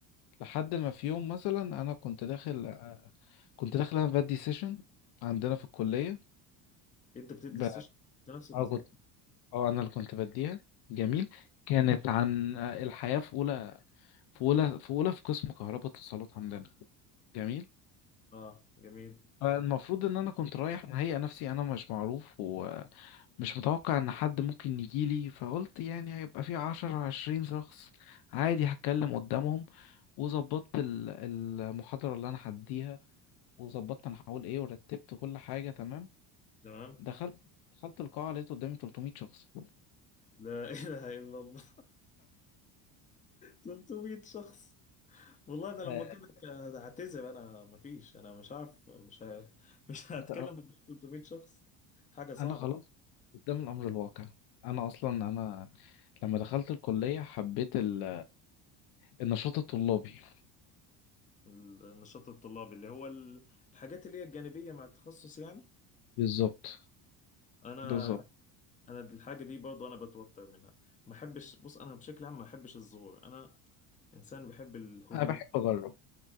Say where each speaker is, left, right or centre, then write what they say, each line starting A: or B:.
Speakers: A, on the left; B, on the left.
A: لحد ما في يوم مثلا انا كنت داخل كنت داخل انا بدي سيشن عندنا في الكليه
B: انت بتدي
A: ب...
B: السيشن انت نفسك
A: اه
B: بتدي
A: كنت اه انا اللي كنت بديها جميل كانت عن الحياه في اولى في اولى في اولى في قسم كهرباء اتصالات عندنا جميل
B: اه جميل
A: فالمفروض ان انا كنت رايح مهيئ نفسي انا مش معروف مش متوقع ان حد ممكن يجيلي فقلت يعني هيبقى في عشرة عشرين شخص عادي هتكلم قدامهم وظبطت ال- المحاضرة اللي انا هديها وظبطت انا هقول ايه ورتبت كل حاجة تمام
B: تمام
A: دخلت دخلت القاعة لقيت قدامي 300 شخص
B: لا <laughs> اله الا الله 300 شخص والله ده لما
A: آه،
B: كنت هعتذر انا مفيش انا مش عارف مش ه... <laughs> مش هتكلم
A: انت
B: قدام 300 شخص حاجه صعبه
A: انا خلاص قدام الامر الواقع انا اصلا انا لما دخلت الكلية حبيت ال- النشاط الطلابي
B: النشاط الطلابي اللي هو ال- الحاجات اللي هي الجانبيه مع التخصص يعني
A: بالظبط
B: انا
A: بالظبط
B: انا دي الحاجه دي برضه انا بتوتر منها ما بحبش بص انا بشكل عام ما بحبش الظهور انا انسان بحب الهدوء
A: انا بحب اجرب